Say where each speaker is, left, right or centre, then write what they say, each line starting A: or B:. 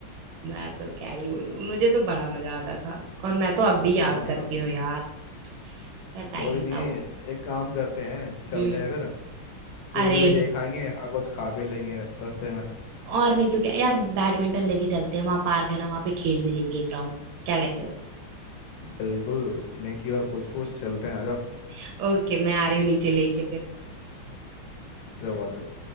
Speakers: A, on the right; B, on the left.
A: मैं तो क्या ही बोलूं मुझे तो बड़ा मजा आता था और मैं तो अब भी
B: बहुत
A: याद करती
B: ज्यादा
A: हूँ यार क्या
B: कोई
A: टाइम
B: नहीं
A: था वो
B: एक काम करते हैं चलते
A: हम्म
B: हैं फिर स्कूल
A: अरे
B: भी देख आएंगे और कुछ खा भी लेंगे रास्ते में
A: और नहीं तो क्या यार बैडमिंटन लेके चलते हैं वहां पार्क है ना वहां पे खेल भी लेंगे एक राउंड क्या कहते हो
B: बिल्कुल नेकी और पूछ पूछ चलते हैं आ जाओ
A: <laughs> ओके मैं आ रही हूँ नीचे लेके फिर
B: आ जाओ आ जाओ